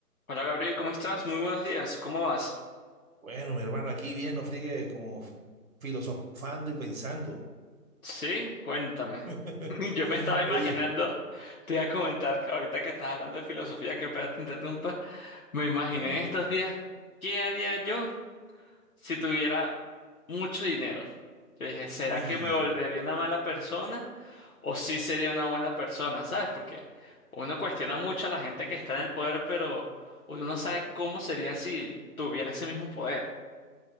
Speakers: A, on the left; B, on the right.
A: Hola Gabriel, ¿cómo estás? Muy buenos días, ¿cómo vas?
B: Bueno, mi hermano, aquí bien, no friegue como f- filosofando y pensando.
A: Sí, cuéntame.
B: <laughs>
A: <laughs> Yo me estaba imaginando,
B: Oye,
A: te iba a comentar que ahorita que estás hablando de filosofía, que ojalá te interrumpa, me imaginé
B: tranquilo.
A: estos días, ¿qué haría yo si tuviera mucho dinero? Yo dije, ¿será
B: Uy,
A: que me volvería una mala persona o sí sería una buena persona? ¿Sabes? Porque uno cuestiona mucho a la gente que está en el poder, pero uno no sabe cómo sería si tuviera ese mismo poder.